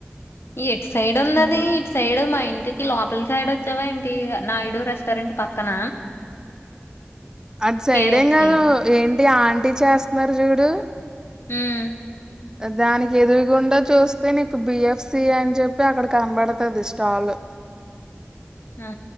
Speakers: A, on the left (about 70°); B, on the right (about 15°).
A: ఎటు సైడ్ ఉన్నది
B: ఉమ్.
A: ఇటు సైడ్ మా ఇంటికి లోపలి సైడ్ వచ్చావా ఏంటి నాయుడు రెస్టారెంట్ పక్కన
B: అటు సైడేం
A: కేఎఫ్సి
B: కాదు ఏంటి ఆంటీ చేస్తున్నారు చూడు
A: ఉం
B: దానికి ఎదురుగుండా చూస్తే నీకు బిఎఫ్సి అని చెప్పి అక్కడ కనబడుతది స్టాల్ <inaudible>
A: అ